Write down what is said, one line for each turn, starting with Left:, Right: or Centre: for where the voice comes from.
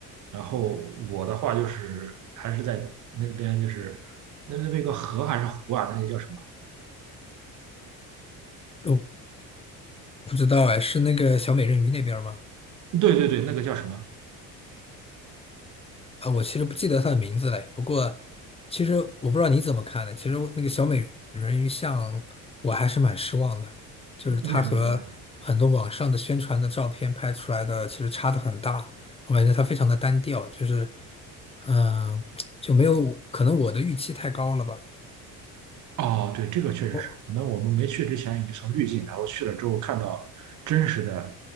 Right: 然后我的话就是还是在那边，就是那那边有个河还是湖啊？那个叫什么？
Left: 呃我不知道哎，是那个小美人鱼那边儿吗？
Right: 对对对，那个叫什么？
Left: 啊，我其实不记得它的名字嘞。不过，其实我不知道你怎么看的。其实我那个小美人鱼像，我还是蛮失望的，就是它和很多网上的宣传的照片拍出来的其实差的很大。
Right: 为什么呢？
Left: 我感觉它非常的单调，就是，嗯、<tsk> 就没有，可能我的预期太高了吧。
Right: 哦，对，这个确实是，
Left: 哦，
Right: 可能我们没去之前有一层滤镜，然后去了之后看到真实的，